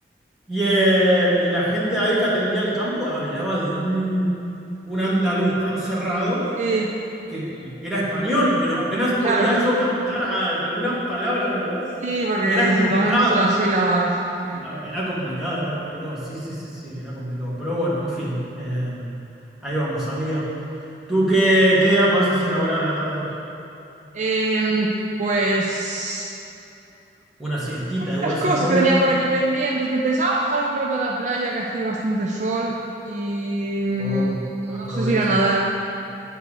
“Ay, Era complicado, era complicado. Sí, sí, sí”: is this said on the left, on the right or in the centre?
Centre